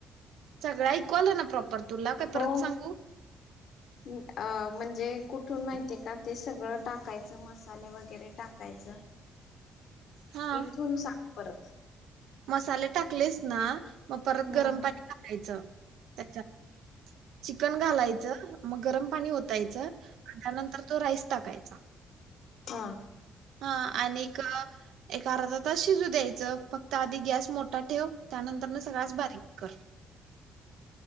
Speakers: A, on the right; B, on the left.
A: सगळं ऐकू आलं ना प्रॉपर? तुला काय
B: हो!
A: परत सांगू
B: अं म्हण जे कुठून माहितय का? ते सगळं टाकायचं मसाले वगैरे टाकायचं
A: हा
B: इथून सांग परत
A: मसाले टाकलेस ना? मग परत
B: हम्म
A: गरम पाणी घालायचं, त्याच्यात चिकन घालायचं, मग गरम पाणी ओत. यच आणि त्यानंतर तो राईस टाकायचा. अच्
B: हा!
A: हा आणिक एक अर्धा तास शिजू द्यायचं. फक्त आधी गॅस मोठा ठेव. त्यानंतर नं सगळचं बारीक कर.